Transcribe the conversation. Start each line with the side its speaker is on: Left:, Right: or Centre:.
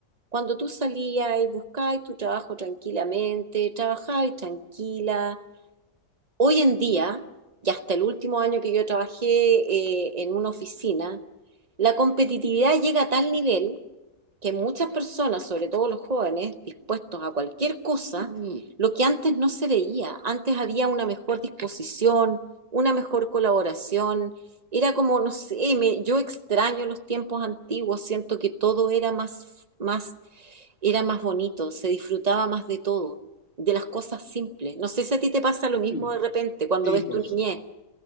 Right: cuando tú salías y buscabas tu trabajo tranquilamente, trabajabas tranquila Hoy en día, y hasta el último año que yo trabajé eh, en una oficina, la competitividad llega a tal nivel que muchas personas, sobre todo los jóvenes, dispuestos a cualquier cosa, Mm. lo que antes no se veía. Antes había una mejor disposición, una mejor colaboración. Era como, no sé, me- yo extraño los tiempos antiguos, siento que todo era más, más era más bonito, se disfrutaba más de todo, de las cosas simples. No sé si a ti te pasa lo mismo
Left: Sí,
Right: de repente cuando
Left: sí,
Right: ves
Left: por
Right: tu niñez.